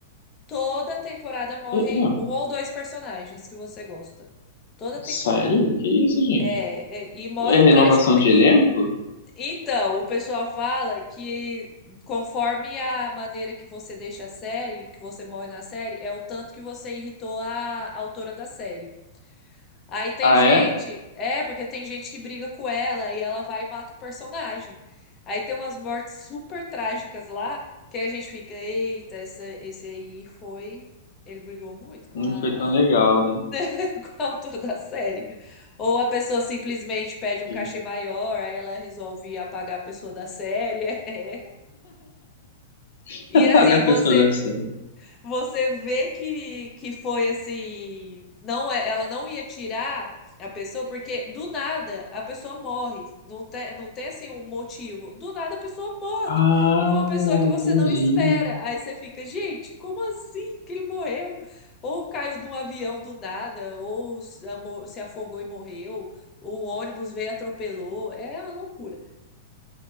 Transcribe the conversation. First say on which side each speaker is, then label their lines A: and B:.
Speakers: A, on the left (about 25°); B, on the left (about 75°).
A: Toda temporada morre
B: É, é,
A: um ou dois personagens que você gosta. Toda temporada.
B: sério? Que isso, gente?
A: É, é, e morre
B: É renovação
A: tragicamente.
B: de elenco?
A: Então, o pessoal fala que conforme a maneira que você deixa a série, que você morre na série, é o tanto que você irritou a a autora da série. Aí tem
B: Ah,
A: gente,
B: é?
A: é, porque tem gente que briga com ela e ela vai e mata o personagem. Aí tem umas mortes super trágicas lá, que aí a gente fica, eita, essa, esse aí foi. Ele brigou muito com
B: Não
A: a,
B: foi tão legal,
A: a-
B: né?
A: <laughs> com a autora da série. Ou a pessoa simplesmente pede um
B: Gente,
A: cachê maior, aí ela resolve apagar a pessoa da série. <laughs> É.
B: <laughs>
A: E
B: Apagar
A: assim,
B: a
A: você.
B: pessoa da série.
A: Você vê que, que foi assim, não é, ela não ia tirar a pessoa porque do nada a pessoa morre, não tem, não tem assim um motivo. Do nada a pessoa morre.
B: Ah,
A: E é uma pessoa que você
B: entendi.
A: não espera. Aí você fica, gente, como assim que ele morreu? Ou caiu de um avião do nada, ou se amo- se afogou e morreu, ou um ônibus veio e atropelou. É uma loucura.